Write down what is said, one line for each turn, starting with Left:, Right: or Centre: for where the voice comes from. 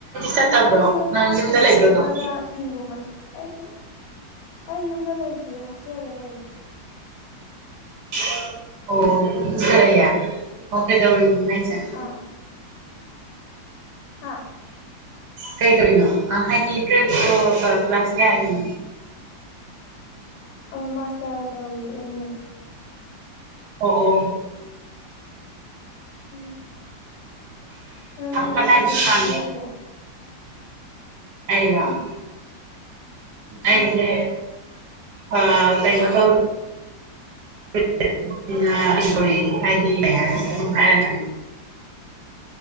Right: ꯆꯠꯇꯕ꯭ꯔꯣ
Left: ꯍꯧꯖꯤꯛꯀꯥꯟꯁꯦ
Right: ꯅꯪ
Left: ꯄꯥꯠꯀꯨꯝꯕꯗ
Right: ꯌꯨꯝꯗ ꯂꯩꯕ꯭ꯔꯣ
Left: ꯆꯠꯂꯒ
Right: ꯑꯗꯨꯝ
Left: ꯐꯤꯒꯨꯝꯕꯁꯨ ꯑꯩꯁꯨ ꯑꯩ ꯌꯨꯝꯗꯥ ꯂꯩꯇꯦ ꯍꯣꯁꯇꯦꯜꯗ ꯂꯩꯌꯦ
Right: ꯑꯣꯑꫭ <inaudible> ꯑꫭ ꯀꯩꯗꯧꯔꯤꯅꫭ ꯍꯥꯏꯁ°
Left: ꯑꯥ ꯍꯥ
Right: ꯀꯩ ꯇꯔꯤꯅꯣ ꯍꯥꯏꯗꯤ <inaudible> ꯀ꯭ꯂꯥꯁ ꯀꯌꯥꯅꫭ
Left: ꯑꫭ ꯃꯥꯁꯇꯔ ꯇꯧꯔꯤꯑ° ꯑꯦꯝ ꯏꯨ ꯗꯥ
Right: ꯑꯣ ꯑꯣ
Left: <inaudible> ꯅꯪꯗꯤ
Right: ꯀꯗꯥꯏꯗꯥ
Left: ꯀꯩꯀꯩ
Right: ꯁꯥꯍꯟꯒ°
Left: ꯍꯣꯠꯅꯔꯤꯒꯦ
Right: ꯑꯩꯔꫭ
Left: ꯑꯥ
Right: ꯑꯩꯁꯦ
Left: ꯑꯥ
Right: ꯑꯥ ꯀꯩꯅ ꯇꯧ <unintelligible>